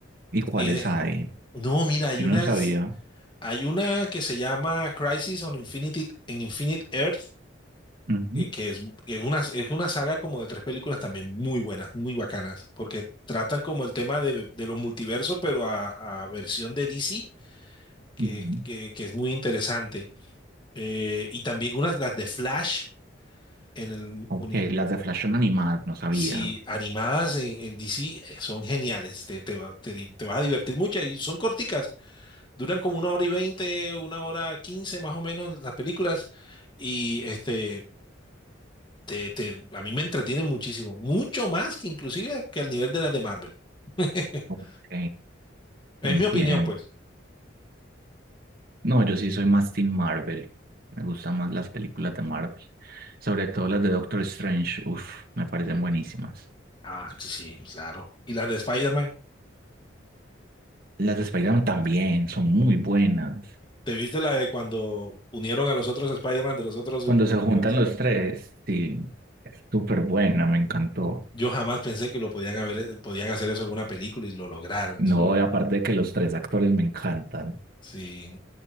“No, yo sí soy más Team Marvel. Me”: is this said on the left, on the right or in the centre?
Right